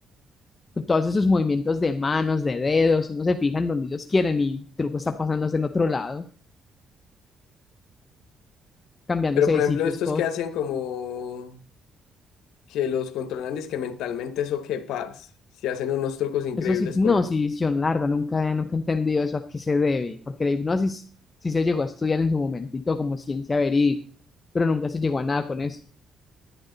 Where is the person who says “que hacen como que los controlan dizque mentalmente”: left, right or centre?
Left